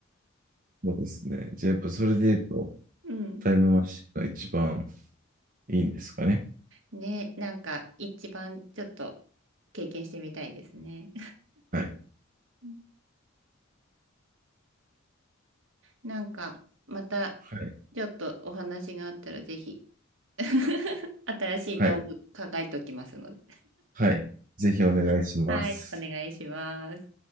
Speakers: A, on the right; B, on the right.
A: そうですね。じゃあ、やっぱそれで言うと、
B: うん。
A: タイムマシンが一番いいんですかね。
B: ね、なんか一番ちょっと経験してみたいですね。
A: はい。
B: うんなんかまた
A: はい。
B: ちょっとお話があったらぜひ。<laughs> 新しい道具考えておきますので。
A: はい。はい。ぜひお願いします。
B: はい、お願いします。